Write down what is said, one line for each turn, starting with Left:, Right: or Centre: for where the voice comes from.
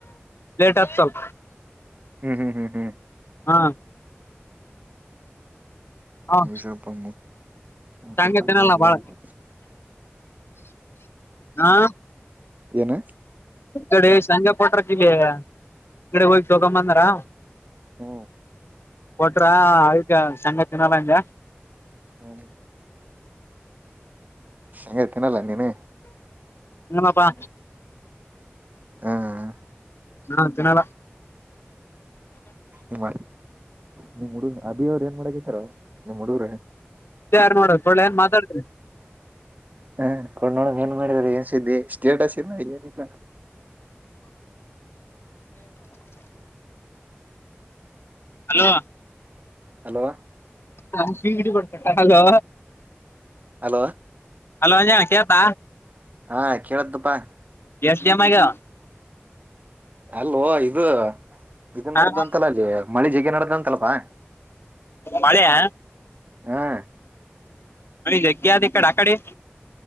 Left: ೇಟ್ ಆತ್ ಚಲ್
Right: ಹ್ಮ್ ಹ್ಮ್ ಹ್ಮ್ ಹ್ಮ್
Left: ಹಾ ಹ
Right: ವಿಷಪ್ಪ ಮತ್ತ
Left: ಶೇಂಗಾ
Right: ಕ
Left: ತಿನ್ನಲ್ಲ ಬಾಳ ಹಾ
Right: ಏನು
Left: ಈಡೆ ಸಂಜ ಪಟ್ರ ಕಲ್ಲಿ ಕಡೆ ಹೋಗಿ ತೋಗಂಬಂದಾರ <unintelligible>
Right: ಹ್ಮ
Left: ಕೊಟ್ರ ಆಯ್ಗ ಸಂಗಾ ತಿಿನಲ್ಲ ಹಂಗ
Right: ಹ್ಮ ಹ ತಿನ್ನಲ್ಲ ನೀನು
Left: ನಮ್ಮಪ್ಪಾ
Right: ಹ್ಮ್
Left: ಹಾ ತಿಿನಾಲ
Right: ನಿಮ್ಮ ನಿಮ್ ಹುಡುಗ ಅದಿ ಅವ್ರ ಏನ್ ಮಾಡಗತಾರ ನಿಮ್ ಹುಡುಗ್ರೆ
Left: ಯಾರು ನೋಡ ಒಳ್ಳೆ ಏನ್ ಮಾತಾಡ್ತ್ರರಿ
Right: ಹ ನೋಡ ಏನ್ ಮಾಡಿದ್ರಿ ಏನ್ ಸುದ್ದಿ ಸ್ಟೇಟಸ್ ಇಲ್ಲ ಏನಿಲ್ಲ
Left: ಹಲೋ
Right: ಹಲೋ
Left: ನಮ್ಮ ಕಿವಿಗ ಇಡಿಬೇಡ ಕಟ ಹಲೋ
Right: ಹಲೋ
Left: ಹಲೋ ಅಯ್ಯ ಕೆಳ್ತದ
Right: ಹಾ ಕೇಳ್ತದಪ್ಪಾ
Left: ಎಷ್ಟ ಸೇಮ್ ಆಗ್ಯವ
Right: ಅಲೋ ಇದು ಇದು ನಡ್ದಂತಲ್ಲ
Left: ಹ
Right: ಅಲ್ಲಿ ಮಳಿ ಜಗಿ ನಡ್ದಂತಲ್ಲಪಾ
Left: ಮಳಿಯ
Right: ಹಾ
Left: ಮಳಿ ಜಗ್ಗೆ ಆದ ಇ ಕಡಿ ಅಕಡಿ